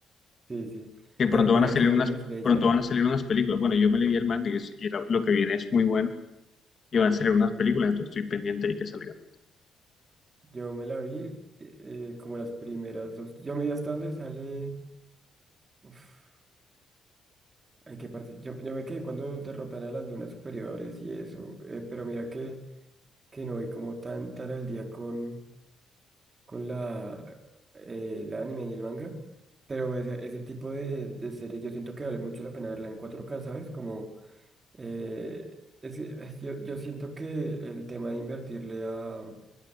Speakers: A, on the right (about 30°); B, on the left (about 45°).
A: sí, sí.
B: que pronto
A: Pero mira
B: van a salir
A: que Demon
B: unas,
A: Slayer,
B: pronto van a salir unas películas. Bueno, yo me leí el manga y, es- y la- lo que viene es muy bueno y van a salir unas películas, entonces estoy pendiente y que salgan.
A: yo me la vi eh, como las primeras dos. Yo me vi hasta donde sale. Uf, hay que partir. Yo, yo me quedé cuando derrotan a las lunas superiores y eso. eh, pero mira que, que no vi como tan, tan al día con. con la, eh, la anime y el manga, pero ese, ese tipo de, de series yo siento que vale mucho la pena verla en cuatro k ¿sabes? Como, eh, es que, ay, yo, yo siento que el tema de invertirle a,